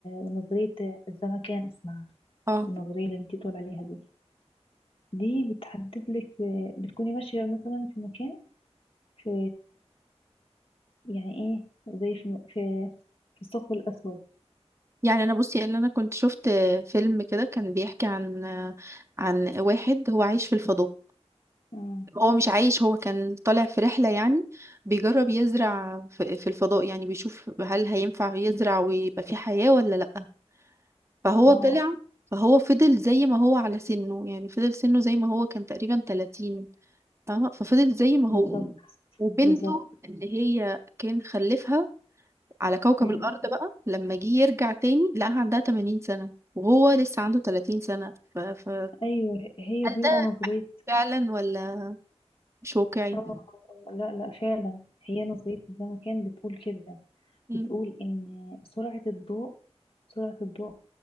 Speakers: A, on the left; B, on the right.
A: ونظرية الزمكان اسمها
B: اه
A: النظرية اللي انتي بتقول عليها دي دي بتحدد لك بتكوني ماشية مثلا في مكان في يعني ايه زي في م- في في الثقب الأسود
B: يعني انا بصي اللي انا كنت شفت فيلم كده كان بيحكي عن عن واحد هو عايش في الفضاء
A: امم
B: هو مش عايش هو كان طالع في رحلة يعني بيجرب يزرع في في الفضاء يعني بيشوف هل هينفع يزرع ويبقى في حياة ولا لأ فهو
A: اه
B: طلع فهو فضل زي ما هو على سنه يعني فضل سنه زي ما هو كان تقريبا 30 فاهمة ففضل زي ما
A: بالظبط
B: هو وبنته
A: بالظبط
B: اللي هي كان خلفها على كوكب
A: امم
B: الأرض بقى لما جه يرجع تاني لقاها عندها 80 سنة وهو لسه عنده 30 سنة ف... ف...
A: أيوه هي
B: هل
A: دي
B: ده
A: بقى نظرية
B: فعلا ولا مش واقعي؟
A: اه آه، آه، لا لا فعلا هي نظرية الزمكان بتقول كده
B: مم.
A: بتقول إن سرعة الضوء سرعة الضوء